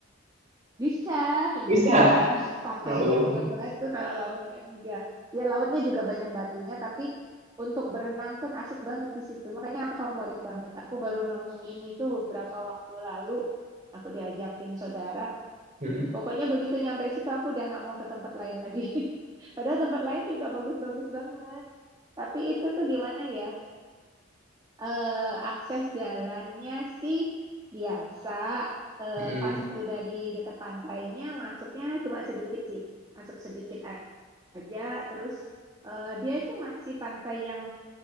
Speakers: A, on the right; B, on the right.
A: Bisa pinggirnya,
B: Bisa.
A: pantainya
B: Oh.
A: yang banyak batu kalau lautnya enggak. Ya lautnya juga banyak batunya tapi untuk berenang pun asik banget di situ. Makanya aku favorit banget. Aku baru nemuin itu beberapa waktu lalu. Aku diajakin saudara.
B: Mm.
A: Pokoknya begitu nyampe situ aku udah nggak mau ke tempat lain lagi. <laughs> Padahal tempat lain juga bagus-bagus banget. Tapi itu tuh gimana ya? Eh, akses jalannya sih biasa. Eh,
B: Mm.
A: pas udah di dekat pantainya, masuknya cuma sedikit sih. Masuk sedikit aja. Terus eh, dia itu masih pantai yang